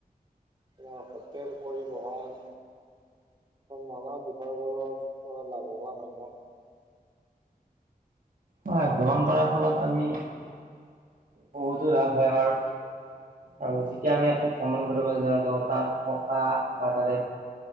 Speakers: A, on the right; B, on the right.
A: আমাৰ হোটেল পৰিবহন নানা বিষয়বোৰৰ পৰা লাভৱান হ
B: হয় হয় ভ্ৰমণ কৰাৰ ফলত আমি বহুতো লাভ হয় আমাৰ আৰু যেতিয়া আমি এঠাইত ভ্ৰমণ কৰিব যাওঁ তাত থকা বা তাতে